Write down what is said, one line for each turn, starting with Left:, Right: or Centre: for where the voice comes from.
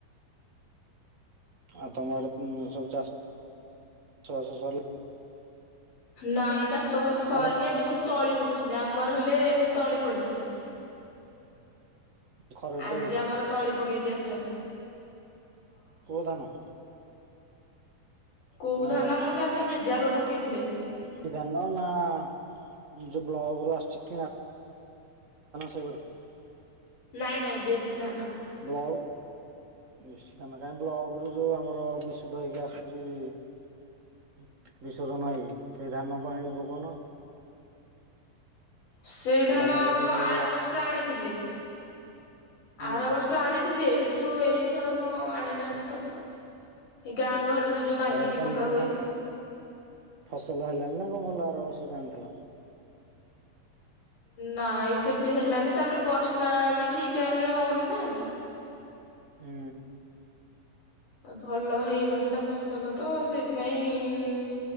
Right: ଆଉ ତମ ଆଡେ ସବୁ ଚାଷ ଚାଷବାସ ସରି
Left: ନାଇଁ ଚାଷ ବାସ ସରିନି
Right: ଆଁ
Left: ଏବେ ସବୁ ତଳି ପକଉଛନ୍ତି ଆମର ହେଲେ ଏବେ ତଳି ପଡିଥିଲା।
Right: ଖରଡି
Left: ଆଜି
Right: ତଳି
Left: ଆମର ତଳି ପକେଇକି ଆସିଚନ୍ତି।
Right: କୋଉ ଧାନ?
Left: କୋଉ
Right: ମାନେ
Left: ଧାନ ମୁଁ ଜାନି ଜେଜେବାପା ପକେଇଥିଲେ।
Right: ଦେଶୀଧାନ ନାଁ ଯୋଉ ବ୍ଲକ୍ ରୁ ଆସୁଚି କିଣା ସେଇଗୁଡା।
Left: ନାଇଁ ନାଇଁ ଦେଶୀ ଧାନ।
Right: ବ୍ଲଗ୍ ବେଶୀ ବ୍ଲଗ୍ ରୁ ଯୋଉ ଆମର ବିସୁ ଧଇକି ଆସୁଚି ବିଷୋଧ ନାହିଁ ସେଇ ଧାନ ପାଇଁ ଭୁବନ।
Left: ସେଇ
Right: ସେ
Left: ଧାନ
Right: ପକେଇଲେ
Left: କ
Right: ଭଲ
Left: ଆର ବର୍ଷ ସା ଆଣିଥିଲେ
Right: ହୁଁ
Left: ଆର ବର୍ଷ ଆଣିଥିଲେ କି ତୁ ଏଇଥର କଣ ଆଣି ନାହାନ୍ତି ତ ଏ ଗାଁ ଗହଳିରୁ ଯୋଉ ମାଗିକି
Right: ଆର ବର୍ଷ ଆଣିଥିଲେ
Left: ପକା ହୁଏ।
Right: କଣ ଫସଲ ହେଲାନି ନାଁ କଣ ଭଲ ଆର ବର୍ଷ ଜା ଆଣିଥିଲ?
Left: ନାଇଁ ସେମତି ହେଲାନି ତାପରେ ବର୍ଷା ବି ଠିକ୍ ଟାଇମ୍ ରେ ହଉନି ନାଁ।
Right: ହୁଁ।
Left: ଉଁ ଭଲ ହେଇନଥିଲା ଫସଲ ତ ସେଇଥିପାଇଁ